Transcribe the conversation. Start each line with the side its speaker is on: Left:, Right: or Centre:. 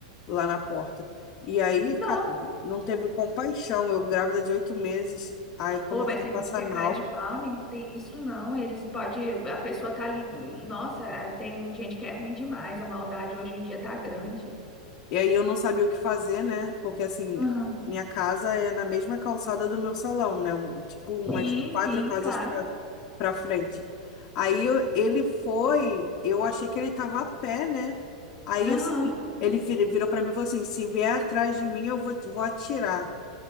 Left: lá na porta. E aí,
Centre: Não,
Left: cara, não teve compaixão. Eu grávida de oito meses, aí eu comecei
Centre: Ô, mas tem
Left: a passar
Centre: gente que é
Left: mal.
Centre: cara de pau, amigo. não Tem isso não. Eles pode, a pessoa tá ali. Nossa, é, tem gente que é ruim demais. A maldade hoje em dia tá grande.
Left: E aí eu não sabia o que fazer, né? Porque assim,
Centre: Aham.
Left: minha casa é na mesma calçada do meu salão, né? Um- tipo, umas
Centre: Sim,
Left: quatro
Centre: sim,
Left: casas
Centre: claro.
Left: pra, pra frente. Aí eu- ele foi, eu achei que ele tava a pé, né? Aí
Centre: Aham.
Left: assim, ele vir- virou pra mim e falou assim: se vier atrás de mim, eu vou, vou atirar.